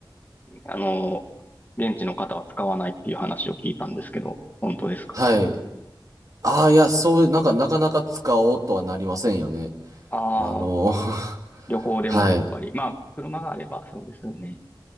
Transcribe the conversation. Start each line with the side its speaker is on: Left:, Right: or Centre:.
Left: あの、現地の方は使わないっていう話を聞いたんですけど、本当ですか
Right: はい。ああ、いや、そう、なんか、なかなか使おうとはなりませんよね。
Left: ああ、
Right: あの、<laughs>
Left: 旅行でもやっぱり。
Right: はい。
Left: まあ、車があればそうですよね。